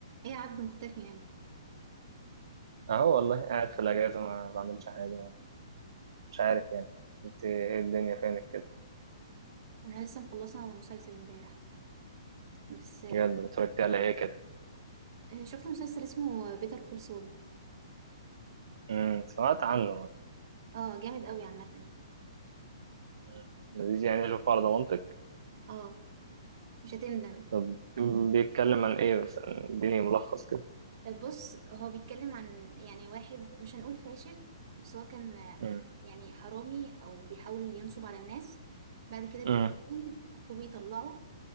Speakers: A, on the right; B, on the right.
A: ايه يا عبد مختفي يعني
B: اهو والله قاعد في الاجازه ما بعملش حاجه مش عارف يعني انت ايه الدنيا فينك كده
A: انا لسه مخلصه مسلسل امبارح بس آه،
B: بجد اتفرجت على ايه كده
A: شفت مسلسل اسمه بيتر كول سول
B: امم سمعت عنه
A: اه جامد قوي عامه
B: مم. لذيذ يعني له فرض منطق
A: اه مش هتندم
B: طب بيتكلم عن ايه بس اديني ملخص كده
A: آه، بص هو بيتكلم عن يعني واحد مش هنقول فاشل بس هو كان آه،
B: امم
A: يعني حرامي او بيحاول ينصب على الناس بعد كده بيتسجن
B: امم
A: اخوه بيطلعه